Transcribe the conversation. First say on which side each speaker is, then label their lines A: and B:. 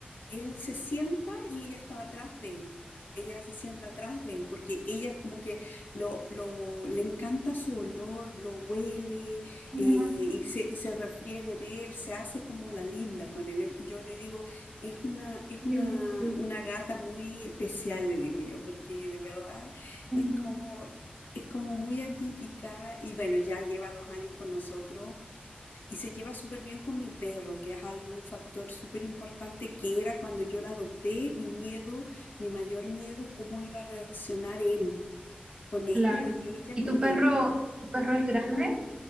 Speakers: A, on the left; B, on the right.
A: él se sienta y ella estaba atrás de él. Ella se sienta atrás de él porque ella como que lo, lo, le encanta su olor, lo huele
B: ujú.
A: eh, y se, y se refriega en él, se hace como la linda con él. Yo le digo, es una, es
B: Sí,
A: una,
B: sí, sí.
A: una gata muy especial, le digo yo, porque de verdad
B: Ujú.
A: es como, es como muy atípica y bueno, ya lleva dos años con nosotros y se lleva súper bien con mi perro, que es algún factor súper importante que era cuando yo la adopté, mi miedo, mi mayor miedo, cómo iba a reaccionar él con ella
B: Claro.
A: y ella
B: ¿Y
A: con
B: tu perro,
A: él.
B: tu perro es grande?